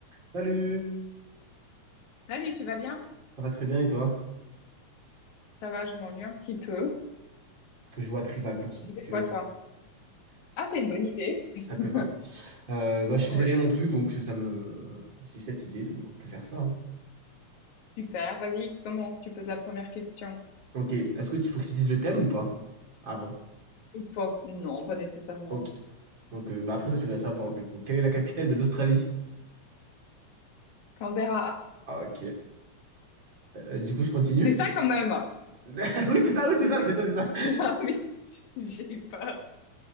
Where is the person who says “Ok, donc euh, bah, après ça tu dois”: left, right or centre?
Right